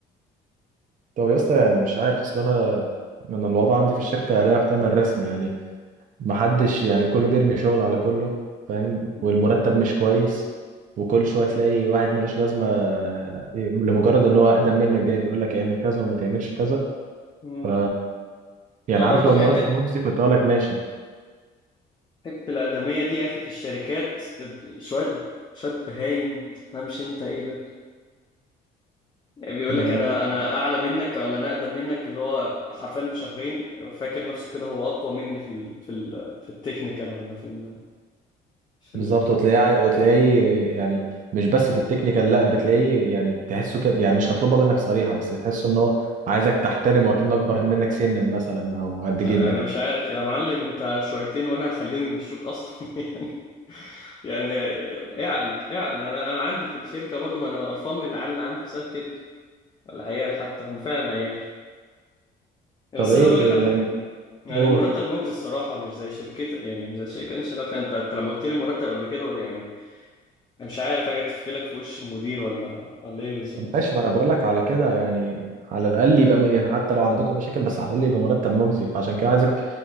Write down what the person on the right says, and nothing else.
طب يا اسطى يعني مش عارف اصل انا انا الوضع عندي في الشركة لا يحتمل رسمي يعني محدش يعني كله بيرمي شغل على كله فاهم
والمرتب مش كويس وكل شويه تلاقي واحد ملوش لازمه آه، إيه، لمجرد ان هو اقدم منك جاي بيقول لك اعمل كذا وما تعملش كذا
ف يعني
عارف لو
المرتب مجزي كنت اقول لك ماشي
آه،
بالظبط
وتلاقيه وتلاقيه يعني مش بس في التكنيكال لا بتلاقيه يعني تحسه كده يعني مش هطلبها منك صريحه بس تحسه ان هو عايزك تحترمه وكأنه اكبر منك سنا مثلا او قد
جدك
طب ايه
ت-
يعني
قول
ماشي ما انا بقول لك على كده يعني على الاقل يبقى م... حتى لو عندكم مشاكل بس على الاقل يبقى مرتب مجزي فعشان كده عايزك